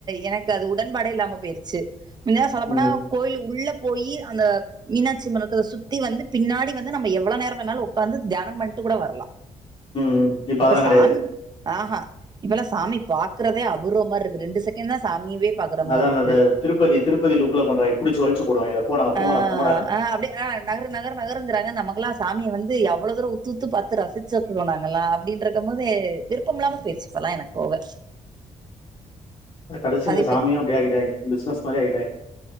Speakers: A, on the right; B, on the left.
A: எனக்கு அது உடன்பாடே இல்லாம போயிருச்சு முந்திலா சொல்ல போனா
B: ம்
A: கோயிலுக் உள்ள போயி அந்த மீனாட்சி அம்மனுக்கத சுத்தி வந்து பின்னாடி வந்து நம்ம எவ்வள நேர வேணாலு உக்காந்து தியானம் பண்ட்டு கூட வர்லா
B: ம்
A: இப்ப
B: அதெல்லா கெடையாது
A: சாமி ஆ ஆ இப்பல்லா சாமி பாக் கறதே அபூர்வமாருக்கு ரெண்டு செகண்ட் தா சாமியவே பாக்குற
B: அதா
A: மார்ருக்கு
B: அதா அந்த திருப்பதி திருப்பதி லுக்ல பண்றாங்க புடிச்சி வளிச்சி போடுவாய்ங்கல போடா போங்கடா
A: ஆ,
B: போங்கடானு போங்கடான்னு
A: ஆ அப்டே ஆ நகரு நகரு நகர்ங்கறாங்க நமக்குல்லா சாமிய வந்து அவ்ள தூரோ உத்து உத்து பாத்து ரசிச்ச போனாங்கல்ல அப்டின்ற இருக்கும் போது விருப்பம் இல்லாம போய்ச்சு இப்பல்லா எனக் போக
B: அதா கடசியில
A: அது இப்போ
B: சாமியு அப்டி ஆக்கிடாய்ங்க பிசினஸ் மாரி ஆக்கிடாய்ங்